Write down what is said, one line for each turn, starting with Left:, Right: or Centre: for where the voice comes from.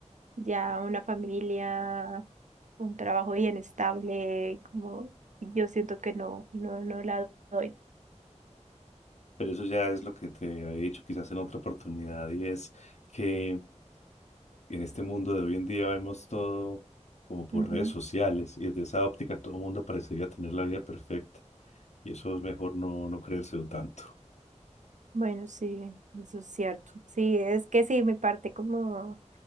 Right: ya una familia, un trabajo bien estable, como y yo siento que no, no, no la doy.
Left: Pero eso ya es lo que te había dicho quizás en otra oportunidad y es que en este mundo de hoy en día vemos todo como por
Right: Ujú.
Left: redes sociales y desde esa óptica todo el mundo parecería tener la vida perfecta y eso es mejor no, no creérselo tanto.
Right: Bueno, sí, eso es cierto. Sí, es que sí, mi parte como